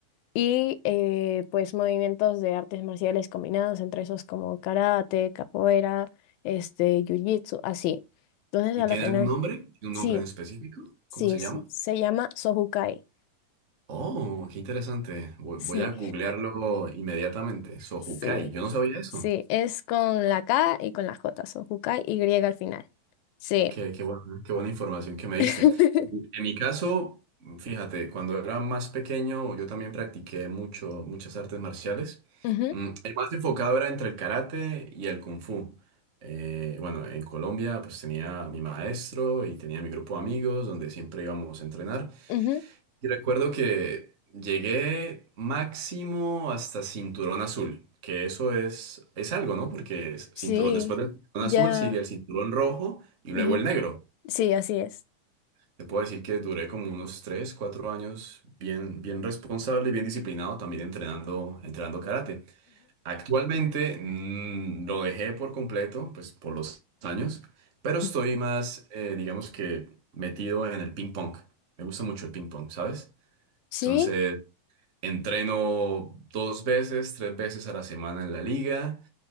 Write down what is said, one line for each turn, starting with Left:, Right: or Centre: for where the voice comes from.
Left: y eh, pues movimientos de artes marciales combinados entre esos como karate, capoeira, este, jiu-jitsu, así. Entonces,
Right: ¿Y
Left: a
Right: tiene
Left: la final,
Right: algún nombre? ¿Tiene un
Left: sí,
Right: nombre en específico?
Left: sí,
Right: ¿Cómo se llama?
Left: se se llama Sohukai.
Right: Oh, qué interesante. Voy
Left: Sí,
Right: voy a googlearlo inmediatamente. Sojukai.
Left: sí,
Right: Yo no sabía eso.
Left: sí, es con la K y con la J, son Jukai y griega al final. Sí.
Right: Qué, qué buena, qué buena información que me diste.
Left: <laughs>
Right: En mi caso, fíjate, cuando era más pequeño, yo también practiqué mucho, muchas artes marciales.
Left: Ujú,
Right: Mm, El más enfocado era entre el karate y el kung fu. Eh, bueno, en Colombia, pues tenía a mi maestro y tenía mi grupo de amigos donde siempre íbamos a entrenar.
Left: ujú,
Right: Y recuerdo que llegué máximo hasta cinturón azul, que eso es, es algo, ¿no? Porque es
Left: Sí,
Right: cinturón, después del cinturón
Left: ya.
Right: azul sigue el cinturón rojo y
Left: ujú,
Right: luego el negro.
Left: Sí, así es.
Right: Te puedo decir que duré como unos 3 4 años bien, bien responsable y bien disciplinado también entrenando, entrenando karate. Actualmente mm, lo dejé por completo, pues por los años, pero estoy
Left: Ujú.
Right: más, eh, digamos que metido en el ping pong. Me gusta mucho el ping pong, ¿sabes?
Left: Sí,
Right: entonces Entreno dos veces, tres veces a la semana en la liga